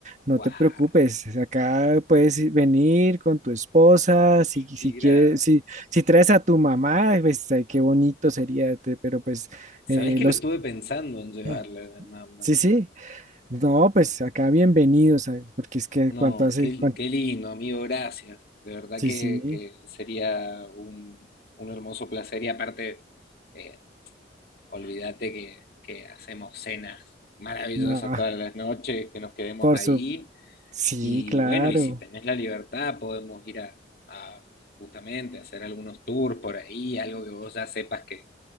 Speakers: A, on the right; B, on the left.
A: no
B: ¡Guau!
A: te preocupes, acá puedes i- venir con tu esposa, si,
B: ¡Qué
A: si
B: gran!
A: quieres, si, si traes a tu mamá, pues ay, qué bonito sería, te- pero pues
B: ¿Sabés
A: eh,
B: que
A: los...
B: lo estuve pensando en llevarle
A: <clears throat>
B: a mi mamá?
A: Sí, sí, no, pues acá bienvenidos, ay, porque es que
B: No,
A: cuánto hace,
B: qué,
A: cuán-
B: qué lindo, amigo, gracias. De verdad
A: sí,
B: que,
A: sí,
B: que sería un, un hermoso placer y aparte, eh, olvídate que, que hacemos cenas maravillosas
A: no,
B: todas las noches, que nos quedemos
A: por
B: ahí
A: su... Sí,
B: y
A: claro.
B: bueno, y si tenés la libertad podemos ir a, a justamente hacer algunos tours por ahí, algo que vos ya sepas que,